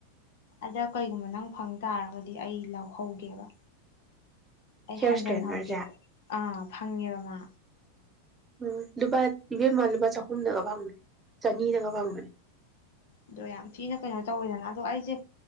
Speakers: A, on the left (about 55°); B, on the right (about 15°).
A: ꯑꯗ ꯀꯩꯒꯨꯝꯕ ꯅꯪ ꯐꯪ ꯇꯥꯔꯒꯗꯤ ꯑꯩ ꯂꯧꯍꯧꯒꯦꯕ ꯑꯩ
B: ꯍꯤꯌꯔ
A: ꯍꯟꯖꯟꯍꯒꯦꯕ
B: ꯏꯁꯇ꯭ꯔꯦꯠꯅꯔꯁꯦ
A: ꯑꯥ ꯐꯪꯉꯦꯕ ꯃꯥ
B: ꯎꯝ ꯂꯨꯄꯥ ꯏꯕꯦꯝꯃ ꯂꯨꯄꯥ ꯆꯍꯨꯝꯗꯒ ꯐꯪꯕꯅꯤ ꯆꯅꯤꯗꯒ ꯐꯪꯕꯅꯤ
A: ꯑꯗꯣ ꯌꯥꯝ ꯊꯤꯅ ꯀꯩꯅꯣ ꯇꯧꯋꯦꯗꯅ ꯑꯗꯣ ꯑꯩꯁꯦ